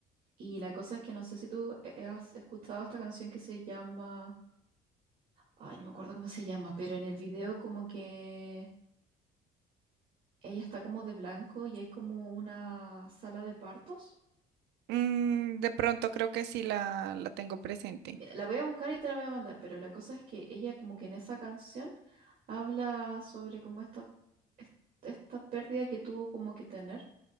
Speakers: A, on the right; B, on the right.
A: y la cosa es que no sé si tú eh, has escuchado esta canción que se llama Ay, no me acuerdo cómo se llama, pero en el video como que ella está como de blanco y hay como una sala de partos.
B: Mm, de pronto creo que sí la, la tengo presente.
A: Mira, la voy a buscar y te la voy a mandar, pero la cosa es que ella como que en esa canción habla sobre como esta, est- esta pérdida que tuvo como que tener